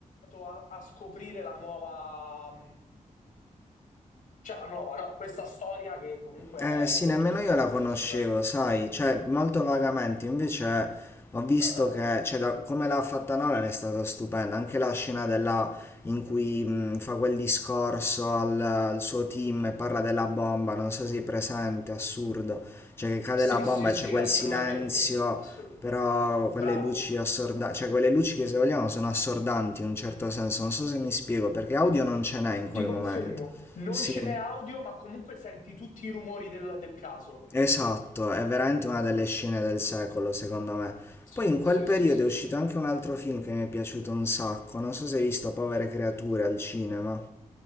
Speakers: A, on the left (about 80°); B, on the left (about 20°).
A: a, a scoprire la nuova, mh, cioè la nuova, no, questa storia che comunque
B: Eh
A: è
B: sì,
A: molto
B: nemmeno
A: toccante
B: io la conoscevo,
A: sicuramente.
B: sai, cioè molto vagamente, invece ho visto
A: Eh, eh.
B: che, cioè, da- come l'ha fatta Nolan è stata stupenda, anche la scena della, in cui mh, fa quel discorso al, al suo team e parla della bomba, non so se sei presente, assurdo, cioè che cade
A: Sì,
B: la bomba
A: sì, sì,
B: e c'è quel
A: assolutamente.
B: silenzio,
A: assu-
B: però
A: Bravo.
B: quelle luci assordanti, cioè quelle luci che se vogliamo sono assordanti in un certo senso, non so se mi spiego, perché audio non ce n'è in quel
A: Ti confermo,
B: momento,
A: non
B: sì.
A: ce n'è audio, ma comunque senti tutti i rumori del, del caso.
B: Esatto, è veramente una delle scene del secolo, secondo me.
A: Sì,
B: Poi in quel
A: sì,
B: periodo
A: sì, sì,
B: è uscito
A: sì.
B: anche un altro film che mi è piaciuto un sacco, non so se hai visto Povere creature al cinema.